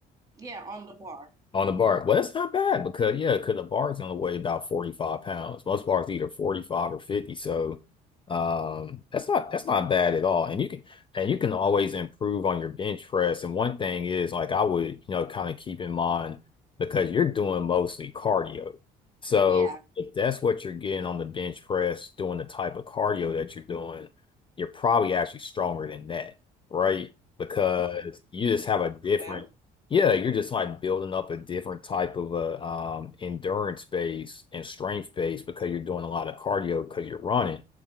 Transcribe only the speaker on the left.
On the bar. Well, that's not bad because yeah, because the bar's only weigh about 45 pounds. Most bars either 45 or 50. So um that's not that's not bad at all. And you can and you can always improve on your bench press. And one thing is like I would, you know, kind of keep in mind because you're doing mostly cardio. So
if that's what you're getting on the bench press, doing the type of cardio that you're doing, you're probably actually stronger than that, right? Because
you just
have
a different
yeah, you're just like building up a different type of a um, endurance base and strength base because you're doing a lot of cardio because you're running.